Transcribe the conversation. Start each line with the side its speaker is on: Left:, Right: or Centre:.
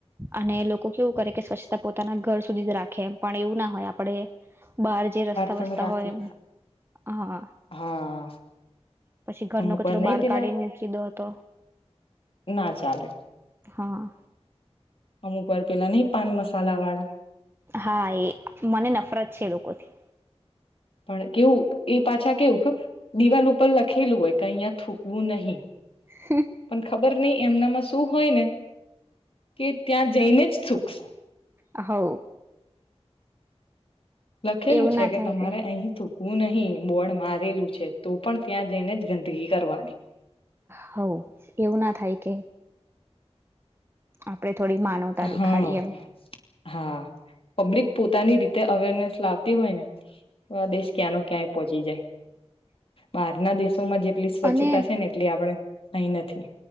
Right: અને લોકો કેવું કરે કે સ્વચ્છતા પોતાના ઘર સુધી જ રાખે એ પણ એવું ના હોય આપડે બહાર જે રસ્તા
Left: પણ
Right: બસતા
Left: રાખી
Right: હોય એમ હા.
Left: હા
Right: પછી ઘરનો
Left: અમુક
Right: કચરો
Left: વાર નહી
Right: બહાર
Left: પેલા
Right: કાઢીને મૂકી દો તો
Left: ના ચાલે
Right: હા.
Left: અમુક વાર પેલા નહીં પાન મસાલા વાળા
Right: હા એ મને નફરત છે એ લોકોથી.
Left: પણ કેવું એ પાછા કેવું ખબર દિવાલ ઉપર લખેલું હોય કે અહીયા થૂકવું નહી.
Right: હમ્મ.
Left: પણ ખબર નહી એમનામાં શું હોય ને કે ત્યાં જઈને જ થુંકશે.
Right: આહાવો
Left: લખેલું
Right: એવું
Left: છે
Right: ના
Left: કે
Right: થાય
Left: તમારે અહી થૂકવું નહી બોડ મારેલું છે તો પણ ત્યાં જઈને જ ગંદગી કરવાની.
Right: હઉ એવું ના થાય કે આપણે થોડી માનવતા દેખાડીએ
Left: હા
Right: એમ
Left: હા પબ્લિક પોતાની રીત તે અવેરનેસ લાવતી હોય ને તો આ દેશ ક્યાં ન ક્યાંય પહોંચી જાય. બહારના દેશોમાં જેટલી સ્વચ્છતા
Right: અને
Left: છે ને એટલી આપડે અહીં નથી.